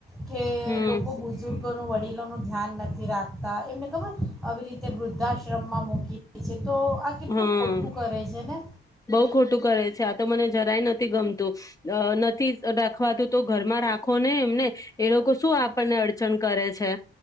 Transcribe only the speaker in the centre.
કે
લોકો બુઝુર્ગો ન વ. વડીલોનું ધ્યાન નથી રાખતા એમને ખબર આવી રીતે વૃદ્ધાશ્રમમાં મૂકી છે તો. આ કેટલું
ખોટું કરે છે ને